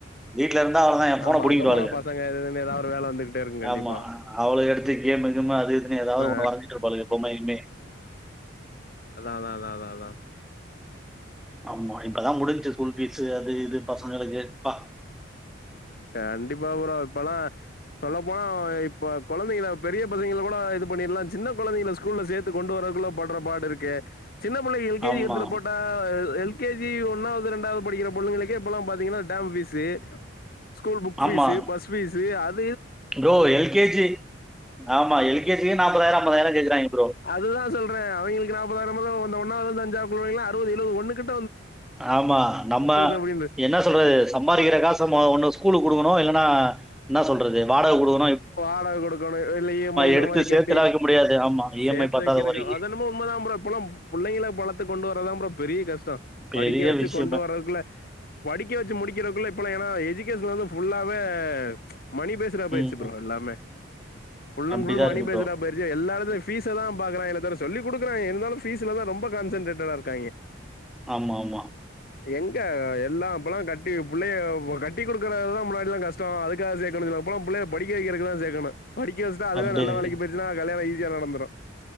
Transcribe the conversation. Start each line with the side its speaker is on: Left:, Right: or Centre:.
Centre: வீட்ல இருந்தா அவ்ளோதா எ ஃபோன்ன
Left: ஆமா,
Centre: புடிங்கிடுவாளுங்க
Left: அங்க போனா பசங்க இது இதுன்னு ஏதாவது ஒரு வேல வந்துகிட்டே இருக்கும் கண்டிப்பா.
Centre: ஆமா அவுள்க எடுத்து கேமு கிமு அது இதுன்னு ஏதாவது
Left: ஆ
Centre: ஒண்ணு வரஞ்சிட்டு இருபாளுக பொம்மைய கிம்மைய
Left: அதா அதா அதா அதா அதா
Centre: ஆமா இப்பதா முடிஞ்ச்சு ஸ்கூல் பீஸ் அது இது பசங்களுக்கு ப்பா
Left: கண்டிப்பா ப்ரோ இப்பல்லா சொல்லப்போனா இப்ப கொழந்தைங்ள பெரிய பிள்ளைகள கூட இது பண்ணிடலா சின்ன கொழந்தைங்ள ஸ்கூல்ல சேத்து கொண்டு வரதுக்குள்ள படுற பாடு இருக்கே சின்ன புள்ளகி எல்கேஜி
Centre: ஆமா
Left: எடுத்துடு போட்டா எல் கேஜி ஒன்னாவ்து ரெண்டாவ்து படிக்கிற பொன்னுங்ளுக்கே இபெல்லாம் பாத்தீங்கன்னா டேம் பீஸ்ஸு ஸ்கூல் புக் ஃபீஸ்ஸு
Centre: ஆமா
Left: பஸ் ஃபீஸ்ஸு அத்
Centre: ப்ரோ எல் கே ஜி ஆமா எல் கே ஜியே நாப்பதாயிரம் ஐம்பதாயிரம் கேக்கிறாய்ங்க
Left: அதுதான் சொல்றேன் அவிங்ளுக் நாப்பதாயிரம் வ்ளோ வந்த ஒன்னாவ்து அஞ்சாப் பிள்ளைங்க அறுவ்து எழுவ்து ஒன்ன கிட்
Centre: ஆமா நம்ம
Left: அப்டின்னு
Centre: என்ன சொல்றது சம்பாதிக்கிற காஸ் ச ஒன்ன ஸ்கூலுக் குடுகணும் இல்லனா என்ன சொல்றது வாடக கொடுக்
Left: வாடக கொடுக்கணு வெள்ளி ஈஎம்மை இந்த
Centre: எடுத்து
Left: மாரி கட்டி
Centre: சேர்த்துலாம் வைக்க முடியாது ஆமா இஎம்ஐ
Left: சேர்த்
Centre: பத்தாத
Left: வைக்றக்கு
Centre: வரைக்கும்
Left: அத்என்னமே உண்மதான் ப்ரோ இப்லாம் புள்ளைங்கள பழத்த கொண்டு வரதான் ப்ரோ பெரிய கஷ் டம்
Centre: பெரிய
Left: படிக்க வச்சு
Centre: விஷயமே
Left: கொண்டு வரதுகுள்ள படிக்க வச்சு முடிக்கிறகுள்ள இப்பல ஏன்னா எஜுகேஷன்ல வந்து ஃபுல்லாவே மணி பேஸ்ட பேய்ர்ச்
Centre: ம்
Left: த்து ப்ரோ
Centre: ம்.
Left: எல்லாமே ஃபுல்
Centre: அப்படிதான்
Left: ன் ஃபுல் மணி
Centre: இருக்கு
Left: பேஸ்ட்டா
Centre: ப்ரோ
Left: பேயிற்ச்சு எல்லஎடத்த ஃபீஸ தான் பாக்றய்ங்லெ தர சொல்லி குடுக்றாய்ங் இருந்தாலும் பீஸ்லதான் ரொம்ப கான்சன்ட்ரேட்டடா இருக்காய்ங்க
Centre: ஆமா ஆமா
Left: எங்க எல்லா இப்பலா கட்டி புள்ளைய கட்டிகொடுக்றதுதா முன்னாடிலா கஷ்டேம் அதுக்கா காசு சேக்கணு சொ ப்பலாம் பிள்ள படிக்க வைக்றக்குதா சேக்கணு படிக்க வச்டா அதுவே
Centre: அப்படி
Left: நல்ல
Centre: இருக்கு
Left: வேலைக்கு போயிற்சுன கல்யாண ஈசி <unintelligible> நடந்ரு